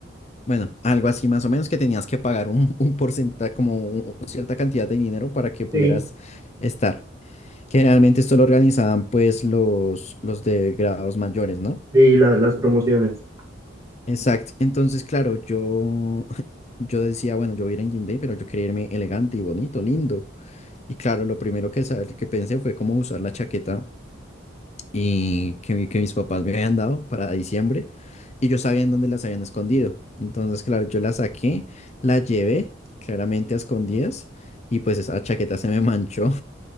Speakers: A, on the left (about 35°); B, on the right (about 15°).
A: Bueno, algo así más o menos que tenías que pagar un, un porcentaje, como un- cierta cantidad de dinero para que pudieras
B: Sí,
A: estar. Generalmente esto lo organizaban pues los, los de grados mayores, ¿no?
B: sí, la- las promociones.
A: Exacto. Entonces, claro, yo, <laughs> yo decía, bueno, yo voy a ir en jean day, pero yo quería irme elegante y bonito, lindo. Y claro, lo primero que, sa- que pensé fue cómo usar la chaqueta y que, mi- que mis papás me habían dado para diciembre. Y yo sabía en dónde las habían escondido. Entonces, claro, yo la saqué, la llevé claramente a escondidas y pues esa chaqueta se me manchó